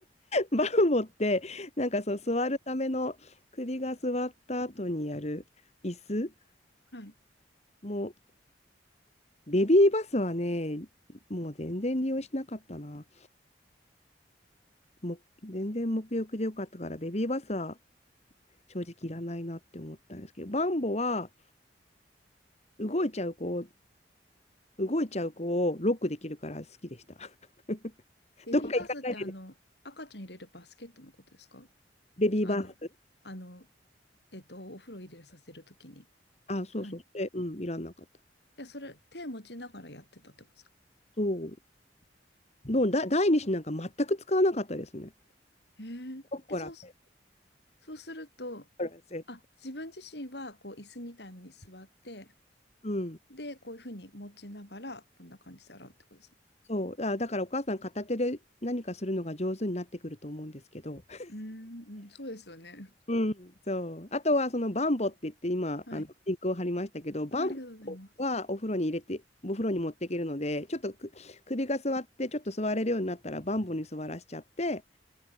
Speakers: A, on the left; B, on the left.
A: ンバンボって、なんかその座るための首が座った後にやる椅子
B: はい。
A: もう、ベビーバスはね、もう全然利用しなかったな。もう全然沐浴でよかったから、ベビーバスは正直いらないなって思ったんですけど、バンボは、動いちゃう子を、動いちゃう子をロックできるから好きでした。<laughs>
B: ベビーバスってあの、
A: どっか行かないでね、
B: 赤ちゃん入れるバスケットのことですか
A: レビーバー。
B: あの、あの、えっと、お風呂入れさせるときに。
A: あ、そうそう。
B: はい。
A: で、うん、いらんなかった。
B: で、それ、手持ちながらやってたってことですか
A: そう。どうだ、第二子なんか全く使わなかったですね。
B: へえ。
A: コッコラ、
B: え、そうす、
A: コッ
B: そうすると、
A: コラせ
B: あ、自分自身は、こう、椅子みたいのに座って、
A: うん。
B: で、こういうふうに持ちながら、こんな感じで洗うってことですか。
A: そう。だ、だからお母さん片手で何かするのが上手になってくると思うんですけど。<laughs>
B: うーん、うん、そうですよね。
A: うん、そう。あとは、そのバンボって言って、今、
B: はい。
A: あの、リンクを貼りましたけど、バンボはお風呂に入れて、
B: あ、ありがとうございます。
A: お風呂に持っていけるので、ちょっとく首が座って、ちょっと座れるようになったら、バンボに座らしちゃって、